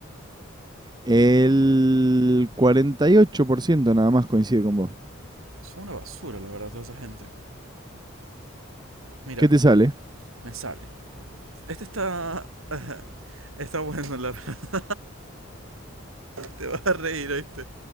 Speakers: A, on the right; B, on the right.
A: El 48% nada más coincide con vos.
B: Son una basura, la verdad, toda esa gente. Mira,
A: ¿Qué te sale?
B: me sale. Este está... <laughs> Está bueno, la verdad. Te vas a reír, ¿oíste?